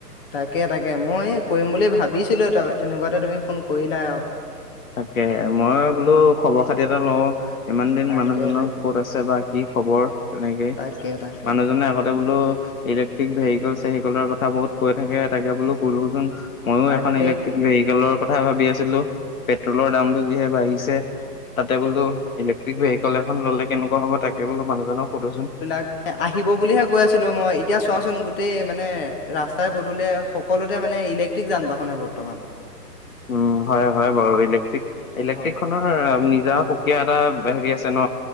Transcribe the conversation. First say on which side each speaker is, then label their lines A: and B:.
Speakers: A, on the left (about 35°); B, on the left (about 55°).
A: তাকে, তাকে মই এই কৰিম বুলি ভাবি ভাবিছিলোঁ তই তেনেকুৱাতে তুমি ফোন কৰিলা আৰু
B: তাকে, মই বোলোঁ
A: অ
B: খবৰ খাতি এটা লওঁ। ইমান দিন
A: তাকে
B: মানুহজনৰ
A: তাকে
B: ক'ত আছে বা? কি খবৰ? তেনেকেই
A: তাকে তাকে
B: মানুহজনে আগতে বোলোঁ ইলেক্ট্ৰিক ভেহিকল চেহিকলৰ কথা বহুত কৈ থাকে, তাকে বোলোঁ সোধোচোন। মইয়ো
A: তাকে
B: এখন ইলেকট্ৰিক ভে- ভিকেলৰ কথা ভাবি আছিলোঁ। পেট্ৰলৰ দামটো যিহে বাঢ়িছে, তাতে বোলো ইলেক্ট্ৰিক ভেহিকেল এখন ল'লে কেনেকুৱা হ'ব? তাকে বোলো মানুহজনক। সোধোচোন
A: এইবিলাক আহিব বুলিহে কৈ আছিলো মই, এতিয়া চোৱাচোন গোটেই মানে ৰাস্তাই পদুলিয়ে সকলোতে মানে ইলেক্ট্ৰিক যান বাহনে বৰ্তমান।
B: উম হয় হয় বাৰু ইলেক্ট্ৰিক ইলেক্ট্ৰিক
A: হয়
B: খনৰ নি যা সুকীয়া এটা হেৰি আছে ন।